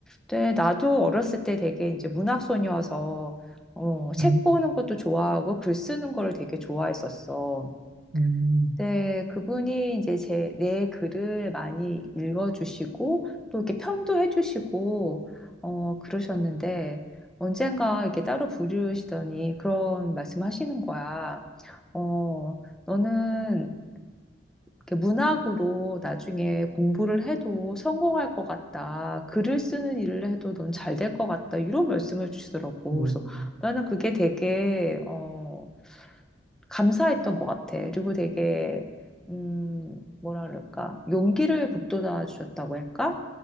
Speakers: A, in the centre; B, on the right.
A: 네, 나도 어렸을 때 되게 이제 문학 소녀여서 어, 책
B: 음,
A: 보는 것도 좋아하고 글 쓰는 거를 되게 좋아했었어.
B: 음,
A: 근데 그분이 이제 제, 내 글을 많이 읽어주시고 또 이렇게 평도 해주시고 어, 그러셨는데 언젠가 이렇게 따로 부르시더니 그런 말씀하시는 거야. 어, 너는 이렇게 문학으로 나중에 공부를 해도 성공할 것 같다. 글을 쓰는 일을 해도 넌 잘 될 것 같다. 이런 말씀을 주시더라고.
B: 음.
A: 그래서 나는 그게 되게, 어, 감사했던 것 같아. 그리고 되게, 음, 뭐라 그럴까. 용기를 북돋아 주셨다고 할까?